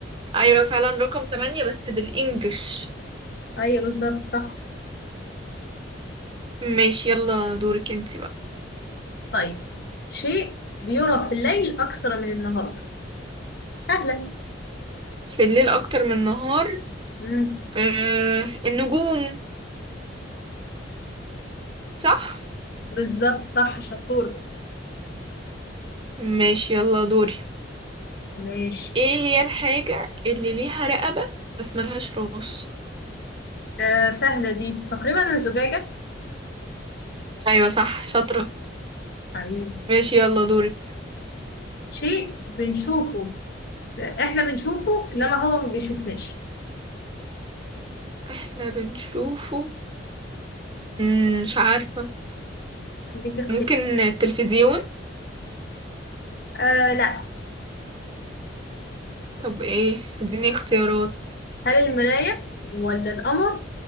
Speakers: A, on the right (about 25°); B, on the left (about 55°).
A: ايوه فعلا رقم تمانية بس بالانجلش
B: ايوه بالظبط صح
A: ماشي يلا دورك انت بقى
B: طيب شيء بيرى في الليل اكثر من النهار سهلة
A: في الليل اكتر من النهار
B: امم
A: آه النجوم صح
B: بالظبط صح شطور
A: ماشي يلا دوري
B: ماشي
A: ايه هي الحاجة اللي ليها رقبة بس ملهاش راس
B: آه سهلة دي تقريبا الزجاجة
A: ايوه صح شاطرة
B: حبيبي
A: ماشي يلا دورك
B: شيء بنشوفه احنا بنشوفه انما هو ما بيشوفناش
A: احنا بنشوفه مم، مش عارفة
B: دي كده.
A: ممكن التلفزيون
B: آه لا
A: طب ايه اديني اختيارات
B: هل المراية ولا القمر